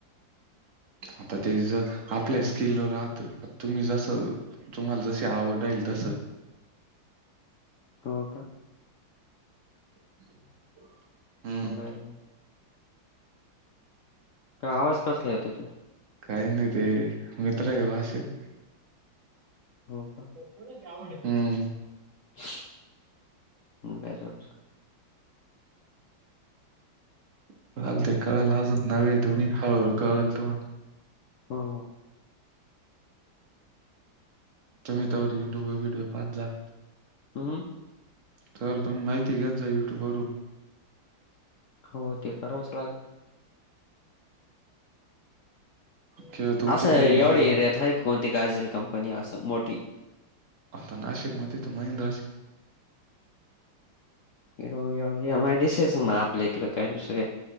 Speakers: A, on the right; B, on the left.
A: आता ते ज आपल्या स्किलवर राहत. तुम्ही जस तुम्हाला जशी आवडईल तस.
B: हो का.
A: <unintelligible> हम्म.
B: बर. काय आवाज कसला येतोय तिथून?
A: काही नाही रे मित्र येऊ असेल.
B: हो का.
A: <unintelligible> आवड ये.
B: <unintelligible>
A: <unintelligible> ते कळेल अजून नवे तुम्ही हळूहळु कळल तुला.
B: हो.
A: तुम्ही तरवर युट्यूब व्हिडिओ पाचत जा.
B: हम्.
A: सर तुम्ही माहिती घेत जा युट्यूब वरून.
B: हो ते करावचं लागल.
A: किंवा तुमचे
B: असं एवढी
A: काही मित्र
B: एरियात आहे कोणती गाजल कंपनी असं मोठी.
A: आता नाशिक मध्ये त महिंद्रा
B: ए <unintelligible> आपल्या हिकड काय दुसरी.